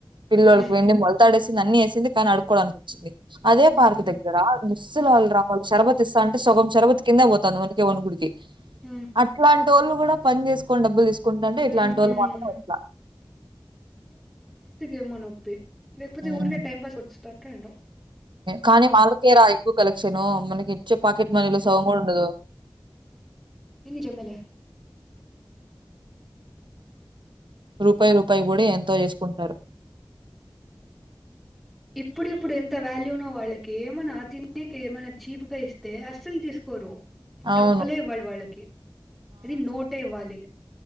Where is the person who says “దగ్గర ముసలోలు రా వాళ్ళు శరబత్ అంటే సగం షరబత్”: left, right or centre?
Right